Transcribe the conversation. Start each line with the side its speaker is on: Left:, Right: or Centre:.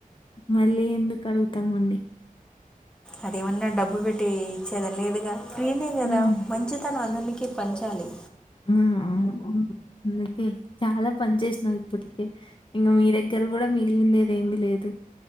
Left: మళ్ళీ ఎందుక్ కడ్గుతమండి
Centre: అదేమన్న డబ్బు పెట్టీ ఇచ్చేద లేదుగా ఫ్రీనే గదా
Left: హ్మ్.
Centre: మంచితనం అందరికి పంచాలి
Left: ఊ ఔను అందుకె చాలా పంచేశ్నర్ ఇప్పటికే ఇంగ మీ దగ్గర్ రు గుడ మిగిలిందేది ఏంది లేదు